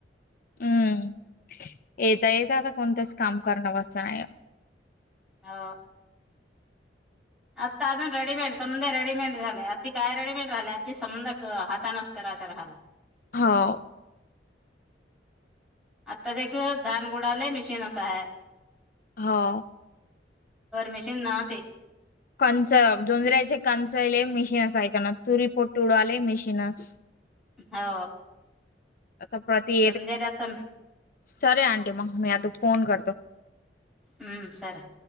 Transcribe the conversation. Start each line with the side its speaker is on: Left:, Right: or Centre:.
Left: हम्म येता येता आता कोणतच काम करण अवस नाही आहे.
Centre: हो. आत्ता अजून रेडीमेड समद रेडीमेड झालय आता काय रेडीमेड राहिले अगदी समद हातानच करायच राहाला.
Left: हो.
Centre: आत्ता देख धान गोडाले मिशीनच आहे.
Left: हो.
Centre: मशीन ना ते.
Left: कंच जोंजरायचे कंच येले म मिशीनस ऐकणार तुरी पोट उड आले मिशीनस.
Centre: हो.
Left: आता प्रति
Centre: समजेल आता
Left: सरे अं मग मी अता फोन करतो.
Centre: हा सारे.